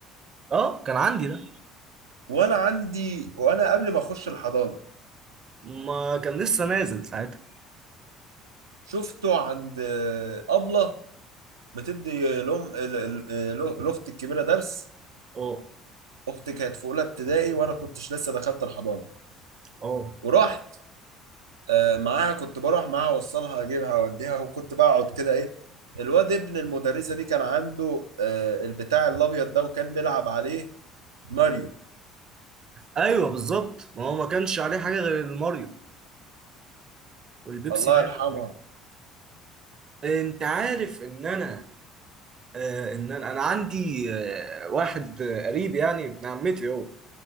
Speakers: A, on the right; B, on the right.
A: اه كان عندي ده
B: وانا عندي وانا قبل ما اخش الحضانه
A: ما كان لسه نازل ساعتها
B: شفته عند آه، أبلة بتدي آه، لأم ال- ال- آه، ل- لأختي الكبيرة درس
A: اه
B: أختي كانت في أولى ابتدائي وأنا كنتش لسه دخلت الحضانة
A: اه
B: ورحت آه، معاها كنت بروح معاها أوصلها أجيبها أوديها وكنت بقعد كده إيه الواد ابن المدرسة دي كان عنده آه، البتاع الأبيض ده وكان بيلعب عليه ماريو
A: ايوه بالظبط ما هو ما كانش عليه حاجة غير الماريو والبيبسي
B: الله
A: مان
B: يرحمها
A: انت عارف ان انا آه، ان انا أنا عندي آه، واحد آه، قريب يعني ابن عمتي هو